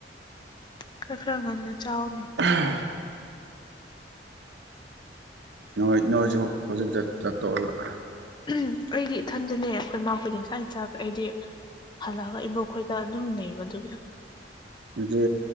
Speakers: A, on the left; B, on the right.
A: ꯈꯔ ꯈꯔ ꯉꯟꯗ ꯆꯥꯎꯅꯤ
B: ꯎꯝ ꯅꯣꯏ ꯅꯣꯏꯁꯨ ꯍꯧꯖꯤꯛꯇꯛꯇ ꯆꯠꯇꯣꯛꯑꯒ
A: ꯎꯝ ꯑꯩꯗꯤ ꯏꯊꯟꯗꯅꯦ ꯑꯩꯈꯣꯏ ꯃꯥ ꯈꯣꯏꯗꯤ ꯉꯁꯥꯏ ꯆꯥꯈ꯭ꯔꯦ ꯑꯩꯗꯤ ꯍꯜꯂꯛꯑꯒ ꯏꯕꯣꯛꯈꯣꯏꯗ ꯑꯗꯨꯝ ꯂꯩꯕ ꯑꯗꯨꯒꯤ
B: ꯅꯠꯇꯦ